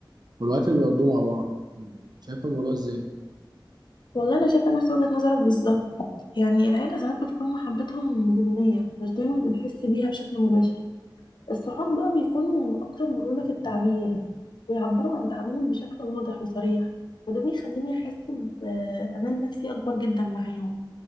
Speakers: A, on the right; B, on the left.
A: والوقت اللي بيقضوه مع بعض يعني شايف الموضوع إزاي؟
B: والله انا شايفه نفس وجهه نظرك بالظبط يعني العيله ساعات بتكون محبتهم ضمنيه مش دايما بنحس بيها بشكل مباشر الصحاب بقى بيكونوا اكتر مرونه في التعبير ويعبروا عن دعمهم بشكل واضح وصريح وده بيخليني احس بامان نفسي اكبر جدا معاهم